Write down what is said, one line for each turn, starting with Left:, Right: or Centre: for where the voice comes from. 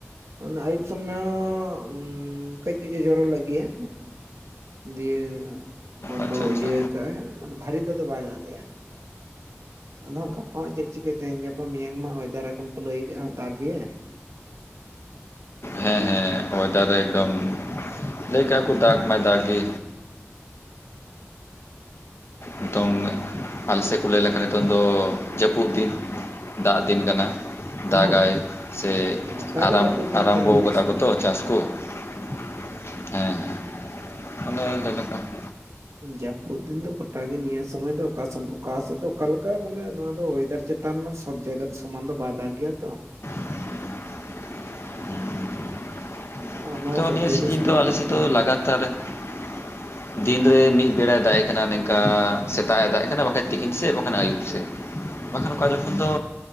Right: ᱚᱱᱟ ᱟᱹᱭᱩᱵ ᱥᱚᱢᱚᱭ ᱦᱚᱸ ᱠᱟᱹᱡ ᱠᱟᱹᱡ ᱮ ᱡᱚᱨᱚᱞᱮᱜ ᱜᱮᱭᱟ᱾ ᱫᱤᱭᱮ ᱵᱚᱱᱫᱚ
Left: ᱟᱪᱪᱷᱟ ᱟᱪᱪᱷᱟ
Right: ᱤᱡᱟᱹ ᱠᱟᱜᱼᱟᱭ ᱢᱟᱱᱮ ᱵᱷᱟᱨᱤ ᱛᱮᱫᱚ ᱵᱟᱭ ᱫᱟᱜ ᱞᱮᱜᱼᱟ᱾ ᱟᱫᱚ ᱦᱟᱸᱜ ᱜᱟᱯᱟ ᱦᱟᱸᱜ ᱪᱮᱫ ᱪᱤᱠᱟᱹᱭ? ᱛᱮᱦᱮᱧ ᱜᱟᱯᱟ ᱢᱮᱭᱟᱝ ᱢᱟ ᱚᱭᱮᱫᱟᱨ ᱮᱠᱷᱚᱱ ᱠᱚ ᱞᱟᱹᱭ ᱠᱟᱜᱼᱟ ᱫᱟᱜᱽ ᱜᱮ᱾
Left: ᱦᱮᱸ ᱦᱮᱸ ᱚᱭᱰᱟᱨ ᱨᱮ ᱮᱠᱫᱚᱢ ᱞᱟᱹᱭ ᱠᱟᱜᱼᱟ ᱠᱚ ᱫᱟᱜᱽ ᱢᱟᱭ ᱫᱟᱜᱽ ᱜᱮ᱾ ᱱᱤᱛᱚᱝ ᱟᱞᱮᱥᱮᱫ ᱠᱚ ᱞᱟᱹᱭ ᱞᱮᱠᱷᱟᱱ ᱱᱤᱛᱚᱝ ᱫᱚ ᱡᱟᱹᱯᱩᱫ ᱫᱤᱱ ᱫᱟᱜ ᱫᱤᱱ ᱠᱟᱱᱟ᱾ ᱫᱟᱜᱟᱭ
Right: ᱦᱚᱸ
Left: ᱥᱮ
Right: ᱜᱚᱴᱟ
Left: ᱟᱨᱟᱢ
Right: ᱜᱮ ᱡᱟᱹᱯᱩᱫ ᱫᱤᱱ
Left: ᱟᱨᱟᱢᱵᱚ
Right: ᱠᱟᱱᱟ ᱱᱤᱭᱟᱹ
Left: ᱠᱟᱫᱟ
Right: ᱥᱚᱢᱚᱭ
Left: ᱠᱚᱛᱚ
Right: ᱫᱚ
Left: ᱪᱟᱥ ᱠᱚ ᱾ ᱦᱮᱸ ᱦᱮᱸ ᱚᱱᱮ ᱞᱟᱹᱭᱮ ᱞᱮᱠᱟ ᱾
Right: ᱡᱟᱹᱯᱩᱫ ᱫᱤᱱ ᱫᱚ ᱜᱚᱴᱟᱜᱮ ᱱᱤᱭᱟᱹ ᱥᱚᱢᱚᱭ ᱫᱚ ᱚᱠᱟ ᱥᱚᱭ ᱚᱠᱟ ᱥᱮᱫ ᱫᱚ ᱚᱠᱟᱞᱮᱠᱟ ᱢᱟᱱᱮ ᱱᱚᱣᱟ ᱫᱚ ᱚᱭᱮᱫ ᱪᱮᱛᱟᱱ ᱾ ᱱᱮᱛᱟᱨ ᱨᱮᱱᱟᱜ ᱥᱚᱵᱽ ᱡᱟᱭᱜᱟ ᱫᱚ ᱥᱚᱢᱟᱱ ᱫᱚ ᱵᱟᱭ ᱫᱟᱜ ᱜᱮᱭᱟ ᱛᱚ ᱾
Left: <inaudible>
Right: ᱟᱵᱚᱦᱟᱣᱟ
Left: ᱛᱚ
Right: ᱥᱚᱵ
Left: ᱱᱤᱭᱟᱹ
Right: ᱡᱟᱭᱜᱟ
Left: ᱥᱤᱡᱤᱱ
Right: ᱥᱚᱢᱟᱱ
Left: ᱫᱚ ᱟᱞᱮ
Right: ᱵᱟᱝ
Left: ᱥᱮᱫ
Right: ᱛᱟᱦᱮᱱ
Left: ᱫᱚ ᱞᱟᱜᱟᱛᱟᱨ
Right: ᱜᱮᱭᱟ᱾
Left: ᱾ ᱫᱤᱱ ᱨᱮ ᱢᱤᱫ ᱵᱮᱲᱟᱭ ᱫᱟᱜᱮ ᱠᱟᱱᱟ ᱱᱚᱤᱝᱠᱟ ᱥᱮᱛᱟᱜ ᱮ ᱫᱟᱜ ᱮ ᱠᱟᱱᱟ ᱵᱟᱠᱷᱟᱱ ᱛᱤᱠᱤᱱ ᱥᱮᱫ ᱵᱟᱠᱷᱟᱱ ᱟᱹᱭᱩᱵ ᱥᱮᱫ ᱾ ᱵᱟᱝᱠᱷᱟᱱ ᱚᱠᱟ ᱡᱚᱠᱷᱚᱱ ᱫᱚ